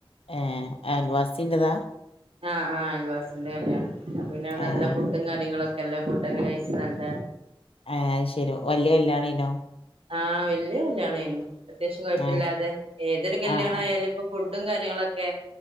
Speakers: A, on the left (about 85°); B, on the right (about 85°).
A: ഏ അൽവാസിൻറതാ?
B: ആഹ് ആഹ് അൽവാസിന്റെ കല്ലാണ് പിന്നെ നല്ല
A: ഏഹ്
B: ഫുഡും കാര്യങ്ങളൊക്കെ എല്ലാം ഫുഡൊക്കെ കഴച്ച് നല്ല
A: ആഹ ശരി വല്ിയ കല്യാണേയ്നോ?
B: ആഹ് വല്യ കല്യാണേയ്നു അത്യാവശ്യം കുഴപ്പല്യാതെ
A: ഏഹ്
B: ഏതൊരു കല്യാണായാലും
A: ആഹ് ആഹ്
B: ഇപ്പൊ ഫു ഇതും കാര്യങ്ങളൊക്കെ